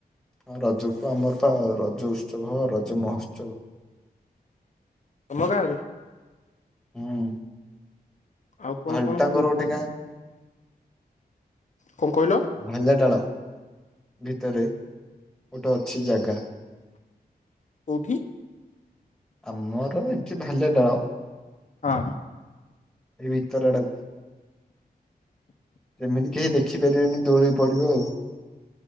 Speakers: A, in the centre; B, on the left.
A: ହଁ ରଜୁକୁ ଆମର ତ ରଜ ଉତ୍ସବ ହବ ରଜ ମହୋତ୍ସବ।
B: ତମ ଗାଁ ରେ?
A: ହୁଁଉଁ।
B: ଆଉ କଣ
A: ଭାଲୁଟାଙ୍ଗର
B: କଣ ହୁଏ
A: ଗୋଟେ ଗାଁ।
B: କଣ କହିଲ
A: ଭାଲିଆ ଡାଳ ଭିତରେ ଗୋଟେ ଅଛି ଜାଗା।
B: କୋଉଠି?
A: ଆମର ଏଠି ଭାଲିଆ ଡାଳ।
B: ହଁ।
A: ଏଇ ଭିତର ଆଡାକୁ। କେମିତି କେହି ଦେଖିପାରିବେନି ଦୋଳି ପଡିବ ଆଉ।